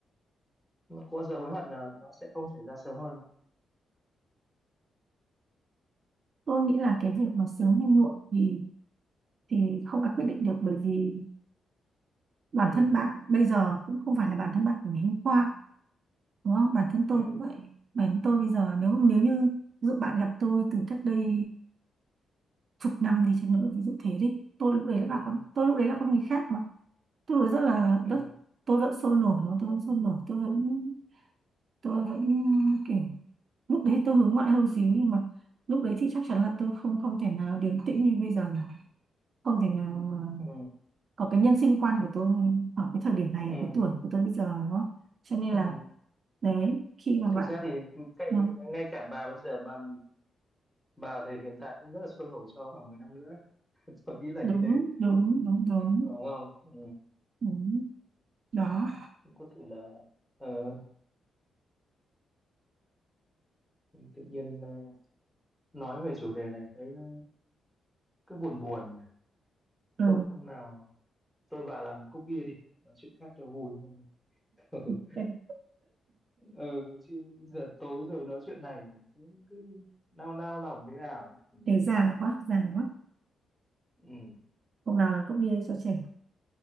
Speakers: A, in the centre; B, on the right.
A: mà có bao giờ hối hận là nó sẽ không xảy ra sớm hơn đâu.
B: Tôi nghĩ là cái việc mà sớm hay muộn thì thì không ai quyết định được bởi vì bản
A: ừ
B: thân bạn bây giờ cũng không phải là bản thân bạn của ngày hôm qua đúng không bản thân tôi
A: ừ
B: cũng vậy bản thân tôi bây giờ nếu nếu như ví dụ bạn gặp tôi từ cách đây chục năm đi chăng nữa ví dụ thế đi tôi lúc đấy
A: ừ
B: là con tôi lúc
A: ừ
B: đấy là con người khác mà tôi rất là
A: ừ
B: rất tôi vẫn sôi nổi đúng không? tôi vẫn sôi nổi tôi vẫn tôi vẫn kiểu lúc đấy tôi hướng ngoại hơn xíu nhưng mà lúc đấy thì chắc chắn là tôi không không thể nào điềm tĩnh như bây giờ không thể nào mà
A: ừ,
B: có cái nhân sinh quan của tôi ở cái thời điểm này
A: ừ,
B: ở cái tuổi của tôi bây giờ đúng không cho nên
A: ừ.
B: là đấy khi mà bạn
A: thực ra thì cái,
B: ừ.
A: ngay cả bà bây giờ bà bà thì hiện tại cũng rất là sôi nổi sau khoảng 10 năm nữa <laughs> tôi nghĩ là
B: đúng
A: như thế
B: đúng đúng đúng
A: đúng không ừ.
B: đúng đó
A: cũng có thể là ờ, tự nhiên ờ, nói về chủ đề này thấy ờ, cứ buồn buồn nhỉ.
B: ừ
A: thôi hôm nào tôi và làm một cốc bia đi nói chuyện khác cho vui không <laughs>
B: <laughs>
A: ừ chứ giờ tối rồi nói chuyện này thế cứ nao nao lòng thế nào ấy. ừ.
B: thế già quá già quá
A: ừ.
B: hôm nào là cũng đi cho trẻ